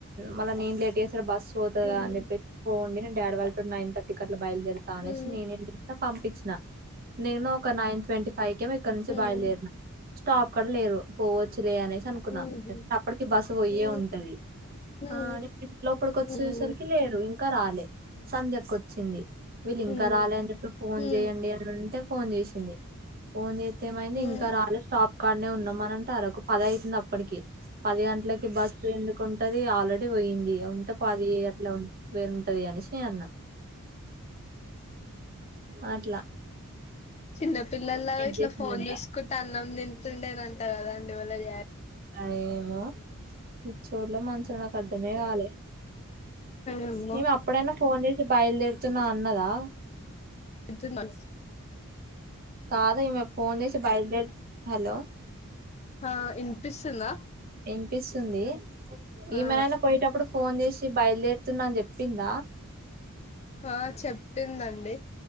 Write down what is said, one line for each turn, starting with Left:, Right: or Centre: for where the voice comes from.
Right: మళ్ళీ నేను లేట్ చేసారు బస్సు పోతుంది
Left: హ్మ్
Right: అని చెప్పేసి పోండి నేను డాడీ వాళ్ళ నైన్ థటీకి ఇలా బయలుదేరుతా అనేసి
Left: హ్మ్
Right: నేను ఏం చేస్తా పంపించిన నేను నైన్ ట్వంటీ ఫైవ్ క ఇక్కడ నుంచి
Left: హ్మ్
Right: బయలుదేరిన స్టాప్ కి ఒక్క లేరు పోవచ్చులే అనేసి అనుకున్నా
Left: హ్మ్
Right: అప్పటికి బస్ పోయే
Left: హ్మ్
Right: ఉంటది
Left: హ్మ్
Right: ఆ నేను లోపటికి వచ్చి
Left: హ్మ్
Right: చూచేసరికి లేరు ఇంకా రాలే సంధ్యక్క వచ్చింది వీళ్ళు
Left: హ్మ్
Right: ఇంకా రాలే అని చెప్పి ఫోన్
Left: హ్మ్
Right: చెయడి అని అంటే ఫోన్ చేసింది ఫోన్ చేసి ఏమైంది
Left: హ్మ్
Right: ఇంకా రాలే స్టాప్ వానే ఉన్నామని అంటారు ఒక పద అవుతుంది అప్పటికి పది గంటలకి బస్సు ఎందుకు ఉంటాయి అది ఆల్రెడీ పోయింది ఉంటే పాది అట్లా ఉంటాయి వేరుంటది అని స్నే అన్న హ్మ్ మాట్లా
Left: చిన్నపిల్లల్లాగా ఇట్లా
Right: చేసిందంట
Left: ఫోన్ చూసుకుంటే అన్నం తింటున్నావ్ తిడుతుండనంట కదా అండి వాళ్ళ డాడీ
Right: ఏమో పిచ్చోళ్ళు మంచోళ్ళు నాకు అర్ధమే కాలేదు
Left: వామ్మో
Right: మేము అప్పుడైనా ఫోన్ చేసి బయలుదేరుతున్నా అన్నదా
Left: ఇజ్జత్ మన్స్
Right: కాదు ఈమె ఫోన్ చేసి బయల్ హలో
Left: ఆ వినిపిస్తుందా
Right: వినిపిస్తుంది ఈమెనైనా
Left: ఆ
Right: పోయేటప్పుడు ఫోన్ చేసి బయలుదేరుతున్నా అని చెప్ పింద
Left: ఆ చెప్పిందండి